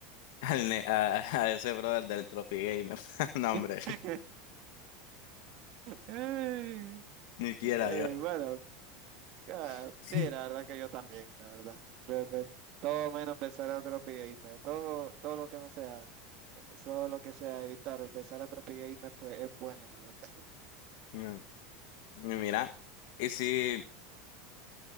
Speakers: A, on the left (about 70°); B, on the right (about 55°).
A: al ne- a- a ese brother del Tropi Gamer. <laughs> No, hombre.
B: <laughs> Ay,
A: Ni quiera
B: ay,
A: yo.
B: bueno, ah,
A: <laughs>
B: sí, la verdad que yo también, la verdad. Pero, pe- Todo menos besar a Tropi Gamer. Todo, todo lo que no sea, eh, todo lo que sea evitar besar a Tropi Gamer fue, es bueno, la verdad.
A: No. Y Mira, y si,